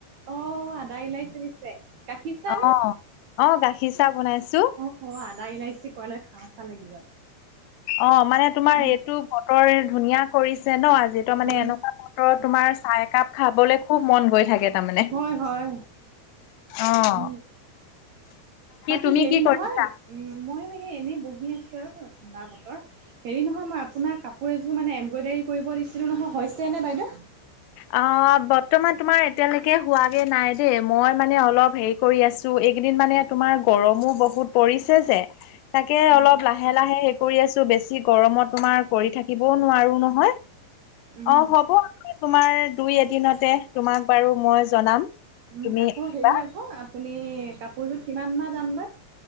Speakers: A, on the right; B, on the left.
A: অঁ, আদা, ইলাচি দিছে! গাখীৰ চাহ
B: অঁ,
A: নে?
B: অঁ গাখীৰ চাহ বনাইছোঁ।
A: অঁ, আদা -ইলাচি ক'লে খাওঁ খাওঁ লাগি গ'ল।
B: অঁ, মানে তোমাৰ
A: উম,
B: এইটো বতৰে ধুনীয়া কৰিছে ন আ- যিটো মানে
A: উম,
B: এনেকুৱা বতৰত তোমাৰ চাহ একাপ খাবলে খুব মন গৈ থাকে। তাৰমানে।
A: হয়, হয়,
B: অ'।
A: উম। বাকী
B: তুমি
A: হেৰি
B: কি কৰিছা?
A: নহয়, - উম, মইয়ো সেই এনেই বহি আছো আৰু ঠাণ্ডা বতৰ। হেৰি নহয়, মই আপোনাৰ কাপোৰ এযো- ৰ মানে এম্ব্ৰইডাৰী কৰিব দিছিলো নহয়, হৈছে নে বাইদউ?
B: অঁ, বৰ্তমান তোমাৰ এতিয়ালৈকে হোৱাগে নাই দেই। মই মানে অলপ হেৰি- কৰি আছোঁ। এইকেইদিন মানে তোমাৰ গৰমো বহুত পৰিছে যে। তাকে
A: উম,
B: অলপ লাহে লাহে হেৰি কৰি আছোঁ। বেছি গৰমত তোমাৰ কৰি থাকিবও নোৱাৰো নহয়।
A: উম।
B: অঁ, হ'ব লাগে আকৌ দুই এদিনতে। তোমাক বাৰু মই - জনাম,
A: উম,
B: তুমি
A: আকৌ
B: আহিবা।
A: হেৰি আকৌ আপুনি কাপোৰযোত কিমানমান দাম লয়?